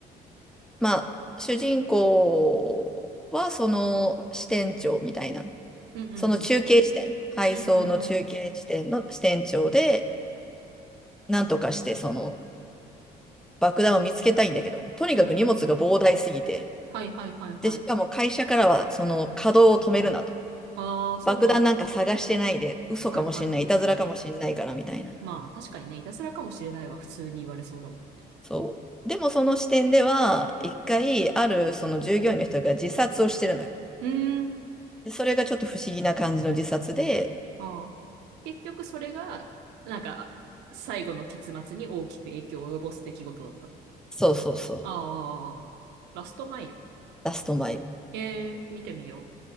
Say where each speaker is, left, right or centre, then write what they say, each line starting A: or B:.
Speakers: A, in the centre; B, on the right (about 85°).
A: まあ、主人公はその支店長みたいな、
B: うんうんうん。
A: その中継地点、配送の中継地点の支店長で、
B: うんうんうん。
A: なんとかしてその爆弾を見つけたいんだけど、とにかく荷物が膨大すぎて、
B: うんうんうん。はいはいはいはい。
A: で、しかも会社からはその稼働を止めるなと。
B: ああ、そうなんだ。
A: 爆弾なんか探してないで、嘘かもしんない、
B: はいはい。
A: いたずらかもしんないからみたいな。
B: まあ、確かにね、いたずらかもしれないは普通に言われそうだもんね。
A: そう。でもその視点では、一回、あるその従業員の人が自殺をしてるのよ。
B: うーん。
A: で、それがちょっと不思議な感じの自殺で、
B: ああ。結局それが、なんか、最後の結末に大きく影響を及ぼす出来事だった。
A: そうそうそう、
B: ああ、ラストマイル。
A: ラストマイル。
B: ええ、見てみよ